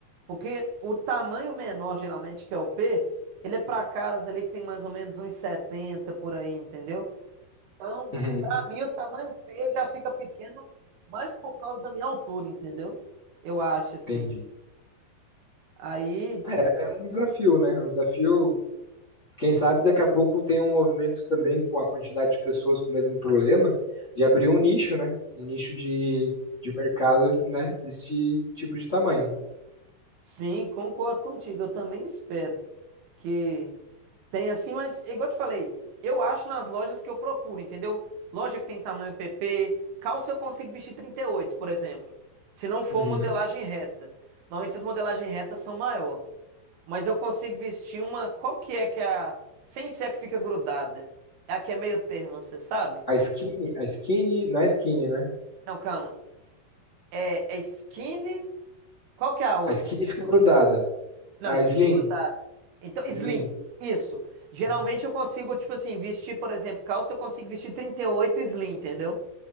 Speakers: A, on the right; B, on the left.
A: Porque o tamanho menor, geralmente, que é o P, ele é pra caras ali que tem mais ou menos uns 70 por aí, entendeu? Então,
B: Uhum,
A: pra mim, o tamanho P já fica pequeno mais por causa da minha altura, entendeu? Eu acho, assim.
B: entendi.
A: Aí,
B: É, é um desafio, né? É Um desafio. Quem sabe daqui a pouco tem um movimento também com a quantidade de pessoas com o mesmo problema, de abrir um nicho, né? Um nicho de, de mercado, né? Desse tipo de tamanho.
A: Sim, concordo contigo. Eu também espero que tenha assim, mas igual eu te falei, eu acho nas lojas que eu procuro, entendeu? Loja que tem tamanho PP, calça eu consigo vestir 38 por exemplo. Se não for
B: Uhum.
A: modelagem reta. Normalmente as modelagens retas são maior, mas eu consigo vestir uma, qual que é que é a sem ser a que fica grudada? É a que é meio termo, você sabe?
B: A skinny, a skinny, não é skinny, né?
A: Não, calma. É, é skinny. Qual que é a outra?
B: A skinny fica grudada.
A: Não,
B: A
A: skinny
B: slim,
A: é grudada. Então, slim,
B: slim.
A: isso. Geralmente
B: Uhum.
A: eu consigo, tipo assim, vestir, por exemplo, calça, eu consigo vestir 38 slim, entendeu?